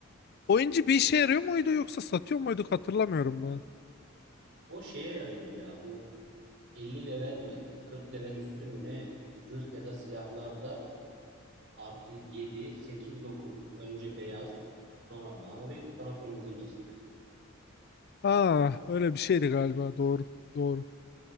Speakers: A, on the left; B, on the right.
A: O inci bir işe yarıyor muydu yoksa satıyor muyduk hatırlamıyorum ben.
B: O şeye yarıyordu ya bu 50 level mi 40 level üstü mü ne zırh ya da silahlarda artı yedi, sekiz, dokuz önce beyaz sonra mavi sonra kırmızı inci istiyordu.
A: Aa, öyle bir şeydi galiba. Doğru. Doğru.